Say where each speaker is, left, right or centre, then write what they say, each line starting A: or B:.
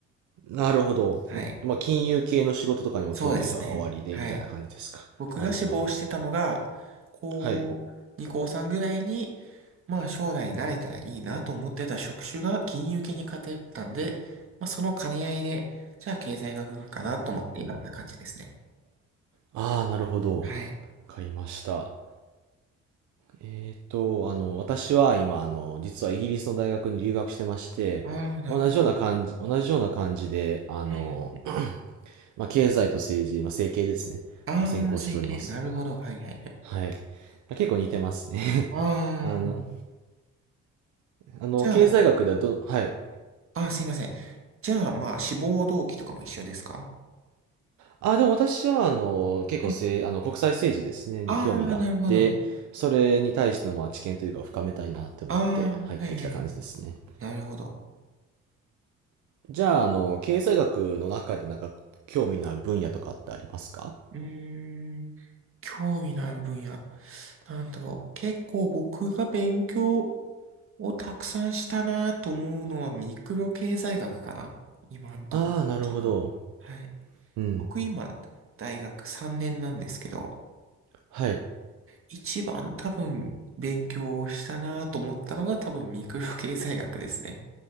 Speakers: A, on the right; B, on the right.
A: なるほど。
B: はい。
A: えっと、まあ、金融系の仕事とかにも興味がおありで、
B: そうですね。はい。
A: みたいな感じですか。
B: 僕が志望してたのが、
A: なるほど、なるほど。
B: 高2、
A: はい。
B: 高3ぐらいに、まあ将来慣れたらいいなと思ってた職種が金融系に偏ったんで、まあその兼ね合いで、じゃあ経済学部かなと思って選んだ感じですね。
A: ああ、なるほど。
B: はい。
A: わかりました。えっと、あの、私は今、あの、実はイギリスの大学に留学してまして、
B: ああ、なるほど。
A: 同じような感じ、同じような感じで、あの、
B: はいはい。
A: まあ、経済と政治、まあ、政経ですね。
B: ああ、
A: を専攻しておりますね。
B: 整形、なるほど。はいはい。
A: はい。結構似てますね。
B: ああ、
A: <laughs> あの、あの、
B: じゃあ、
A: 経済学ではど、はい。
B: あー、すいません。じゃあ、まあ、志望動機とかも一緒ですか
A: あ、でも私は、あの、結構せい、
B: はい。
A: あの、国際政治ですね、
B: ああ、
A: に興味があって、
B: なるほど。
A: それに対しての、まあ、知見というか、深めたいなって思って入ってきた感じですね。
B: ああ、はいはいはい。なるほど。
A: じゃあ、あの、経済学の中で、なんか、興味のある分野とかってありますか
B: うーん、興味のある分野。なんだろう。結構僕が勉強をたくさんしたなと思うのはミクロ経済学かな今のところ一番。
A: ああー、なるほど。
B: はい。
A: うん。
B: 僕今、大学3年なんですけど、
A: はい。
B: 一番多分勉強をしたなと思ったのが多分ミクロ経済学ですね。